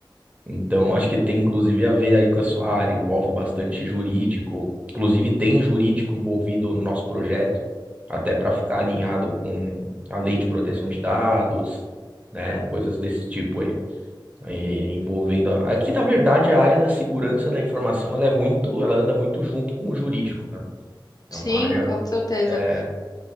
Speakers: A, on the right (about 15°); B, on the left (about 50°).
A: Então, acho que tem inclusive a ver aí com a sua área, envolve bastante jurídico. Inclusive, tem jurídico envolvido no nosso projeto, até para ficar alinhado com a lei de proteção de dados, né? Coisas desse tipo aí. Aí, envolvendo. a- Aqui, na verdade, a área da segurança da informação, ela é muito, ela anda muito junto com o jurídico, né? É
B: Sim,
A: uma área.
B: com certeza.
A: é,